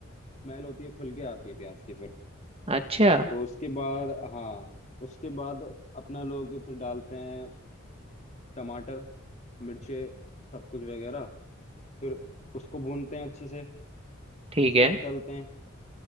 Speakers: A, on the left; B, on the right.
A: स्मेल होती है खुल के आती है प्याज की फिर
B: अच्छा
A: तो उसके बाद हाँ उसके बाद अपना लोग फिर डालते हैं टमाटर मिर्चे सब कुछ वगैरह फिर उसको भूनते हैं अच्छे से
B: ठीक
A: उसको
B: है
A: भी तलते हैं